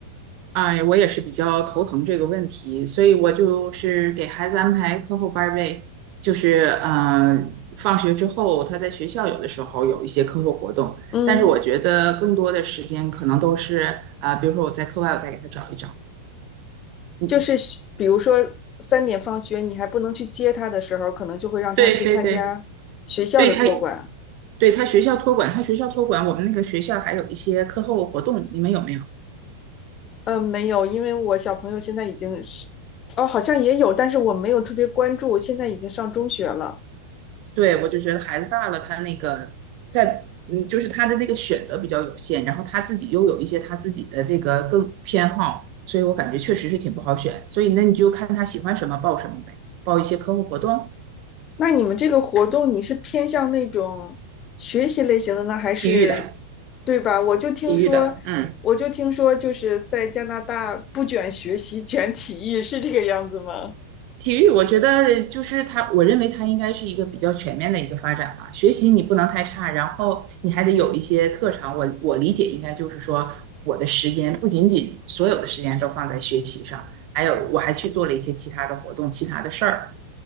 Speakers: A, on the right; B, on the left.
A: 哎，我也是比较头疼这个问题，所以我就是给孩子安排课后班儿呗，就是呃，放学之后他在学校有的时候有一些课后活动，
B: 嗯，
A: 但是我觉得更多的时间可能都是啊、呃比如说我在课外我再给他找一找，嗯，
B: 就是比如说三点放学，你还不能去接他的时候，可能就会让他去参加学校的托管。
A: 对对对，对他对他学校托管，他学校托管，我们那个学校还有一些课后活动，你们有没有？
B: 嗯，没有，因为我小朋友现在已经是，哦，好像也有，但是我没有特别关注，现在已经上中学了。
A: 对，我就觉得孩子大了，他那个在嗯，就是他的那个选择比较有限，然后他自己又有一些他自己的这个更偏好，所以我感觉确实是挺不好选。所以那你就看他喜欢什么报什么呗，报一些课后活动，
B: 那你们这个活动，你是偏向那种学习类型的呢，还是
A: 体育的，
B: 对吧？我就听说，
A: 体育的，嗯。
B: 我就听说，就是在加拿大不卷学习，卷体育，是这个样子吗？
A: 体育，我觉得就是它，我认为它应该是一个比较全面的一个发展吧。学习你不能太差，然后你还得有一些特长。我我理解应该就是说，我的时间不仅仅所有的时间都放在学习上，还有我还去做了一些其他的活动、其他的事儿。